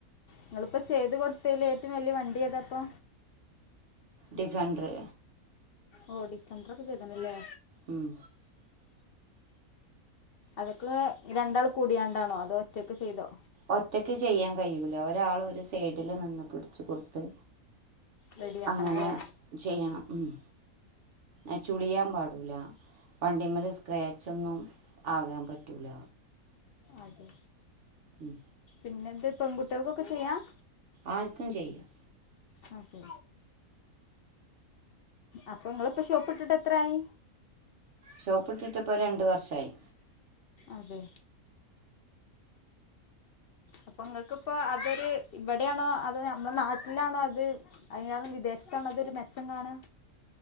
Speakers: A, on the left; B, on the right.
A: നിങ്ങള്പ്പോ ചെയ്ത് കൊടുത്തേല് ഏറ്റവും വലിയ വണ്ടി ഏതാപ്പൊ.
B: ഡിസന്റ. ർ
A: ഓ ഡിസൻടറൊക്കെ ചെയ്ത്ണ്ല്ലേ.
B: ഉം.
A: അതൊക്കെ രണ്ടാള് കൂടിയാണ്ടാണോ അതോ ഒറ്റക്ക് ചെയ്തോ?
B: ഒറ്റക്ക് ചെയ്യാൻ കഴിയൂല. ഒരാള് ഒരു സൈഡില് നിന്ന് പിടിച്ചു കൊടുത്ത്.
A: റെഡിയാക്കണല്ലേ
B: അങ്ങനെ ചെയ്യണം. ഉം. ആ, ചുളിയാൻ പാടൂല. വണ്ടിമ്മല് സ്ക്രാച്ച് ഒന്നും ആകാൻ പറ്റൂല.
A: അതെ.
B: ഉം.
A: പിന്നെ ഇത് പെൺകുട്ടിയോ കൊക്കെ ചെയ്യാം.
B: ആർക്കും ചെയ്യാം.
A: അതെ. അപ്പൊ നിങ്ങളിപാ ഷോപ്പ്ട്ടിട്ട് എത്രായി.
B: ഷോപ്പ് ഇട്ടിട്ട്പ്പോ രണ്ട് വർഷായി.
A: അതെ അപ്പൊങ്ങക്ക്പ്പോ അതൊരു ഇവിടാണോ അതോ നമ്മളെ നാട്ടിലാണോ അത്. <inaudible> അതിന വിദേശ <inaudible> താണ്. അതൊരു മെച്ചം കാണാ.